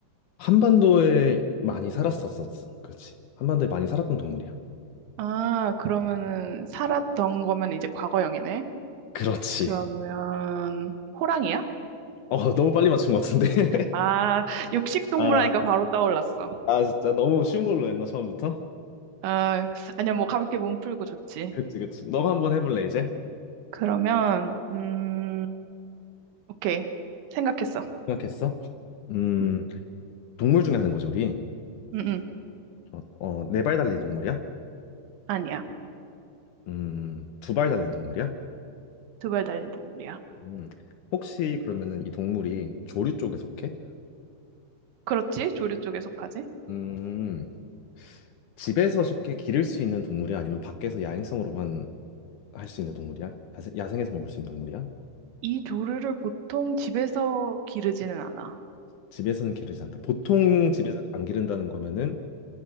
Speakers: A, on the left; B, on the right.
A: 한반도에 많이 살았었었어. 그렇지. 한반도에 많이 살았던 동물이야.
B: 아, 그러면은 살았던 거면 이제 과거형이네.
A: 그렇지.
B: 그러면 호랑이야?
A: 어, 너무 빨리 맞춘 것 같은데? <laughs>
B: 아, 육식동물
A: 아,
B: 하니까 바로 떠올랐어.
A: 아, 진짜 너무 쉬운 걸로 했나, 처음부터?
B: 아, 아니야, 뭐 가볍게 몸 풀고 좋지.
A: 그치, 그치. 너가 한번 해볼래, 이제?
B: 그러면 음, 오케이. 생각했어.
A: 생각했어? 음.
B: 음,
A: 동물 중에 하는 거죠, 우리.
B: 음, 음.
A: 어, 어, 네 발 달린 동물이야?
B: 아니야.
A: 음, 두 발 달린 동물이야?
B: 두발 달린 동물이야.
A: 음, 혹시 그러면은 이 동물이 조류 쪽에 속해?
B: 그렇지? 조류 쪽에 속하지?
A: 음, 집에서 쉽게 기를 수 있는 동물이야? 아니면 밖에서 야행성으로만 할 수 있는 동물이야? 야생, 야생에서만 볼 수 있는 동물이야?
B: 이 조류를 보통 집에서 기르지는 않아.
A: 집에서는 기르지 않다. 보통
B: 음.
A: 집에서 안 기른다는 거면은